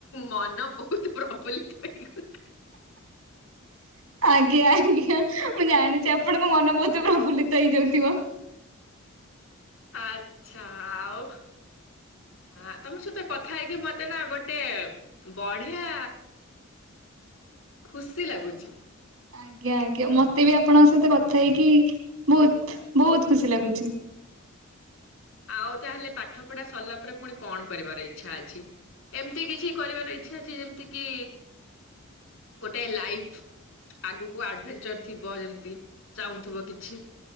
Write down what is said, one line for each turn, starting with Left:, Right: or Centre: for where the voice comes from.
Left: ମନ ବହୁତ ପ୍ରଫୁଲ୍ଲିତ ହେଇଗଲା।
Right: ଆଜ୍ଞା ଆଜ୍ଞା ମୁଁ ଜାଣିଛି ଆପଣଙ୍କ ମନ ବହୁତ କେତେ ପ୍ରୁ୍ଲିତ ହେଇଯାଉଥିବ।
Left: ଆଚ୍ଛା ଆଉ। ହ ତମ ସହିତ କଥା ହେଇକି ମତେ ନା ଗୋଟେ ବଢିଆ ଖୁସି ଲାଗୁଛି।
Right: ଆଜ୍ଞା ଆଜ୍ଞା ମତେ ବି ଆପଣଙ୍କ ସହିତ କଥା ହେଇକି ବହୁତ ବହୁତ ଖୁସି ଲାଗୁଛି।
Left: ଆଉ ତାହେଲେ ପାଠ ପଢା ସରିଲା ପରେ ପୁଣି କଣ କରିବାର ଇଚ୍ଛା ଅଛି। ଏମିତି କିଛି କରିବାର ଇଛା ଅଛି ଯେମିତି କି ଗୋଟେ ଲାଇଫ ଆଗକୁ ଆଡଭେଞ୍ଚର ଥିବ ଯେମତି ଚାହୁଁଥିବ କିଛି।